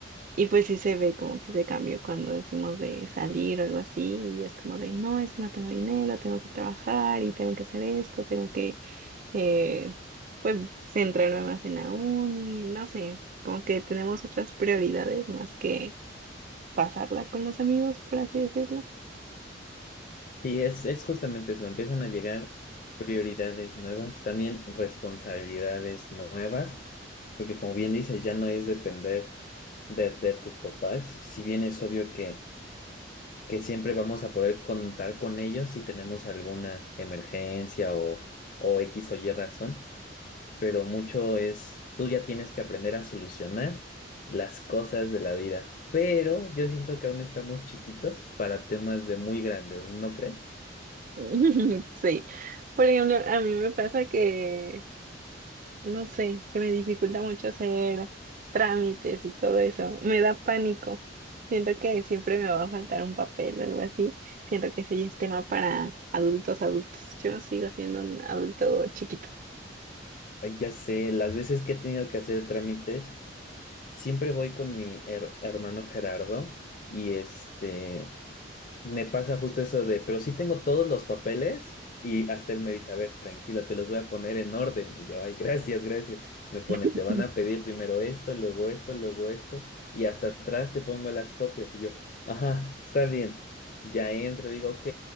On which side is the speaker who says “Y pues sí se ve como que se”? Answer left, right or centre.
Right